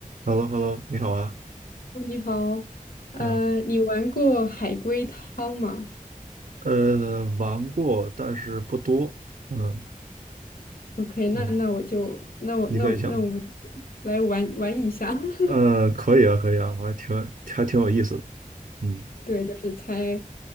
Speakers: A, on the right (about 60°); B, on the left (about 80°).
A: h e l l o h e l l o 你好啊，
B: 哦你好，呃，
A: 你好。
B: 你玩过海龟汤吗
A: 呃，玩过，但是不多。嗯
B: ？OK，那那我就那我那那我们就
A: 嗯，你可以想吗。
B: 来玩玩一下，<laughs>
A: 呃，可以啊，可以啊，我还挺还挺有意思的。嗯，
B: 对，就是猜，